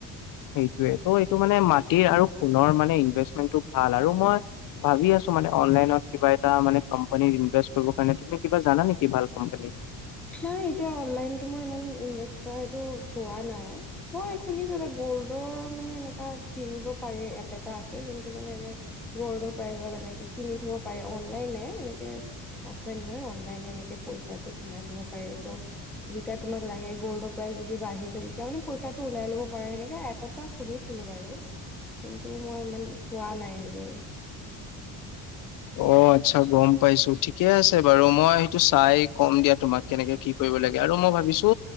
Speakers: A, on the left (about 60°); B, in the centre.
A: সেইটোয়ে ত' এইটো মানে মাটিৰ আৰু সোণৰ মানে ইনভেষ্টমেন্টটো ভাল আৰু মই ভাবি আছো মানে অনলাইনত কিবা এটা মানে কম্পেনীত ইনভেষ্ট কৰিব কাৰণে। তুমি কিবা জানা নেকি ভাল কম্পেনী?
B: নাই এতিয়া অনলাইন তোমাৰ ইমান ইনভেষ্ট কৰা এইটো পোৱা নাই মই শুনিছো এটা গল্ড ৰ মানে এনেকা কিনিব পাৰে এপ এটা আছে যোনটো মানে এনে গ'ল্ডৰ প্ৰাইজ এনেকে কিনি থব পাৰে অনলাইনে এনেকে অফলাইন হয় অনলাইন এনেকে পইচাটো সোমাই থব পাৰে ত' যেতিয়া তোমাক লাগে গল্ডৰ প্ৰাইজ যদি বাঢ়ি যায় তেতিয়া মানে পইচাটো ওলাই ল'ব পাৰে সেনেকা এপ এটা শুনিছিলো বাৰু কিন্তু মই ইমান চোৱা নাই সেইবোৰ।
A: অ আচ্ছা গম পাইছো ঠিকে আছে বাৰু মই সেইটো চাই কম দিয়া তোমাক কেনেকে কি কৰিব লাগে আৰু মই ভাবিছো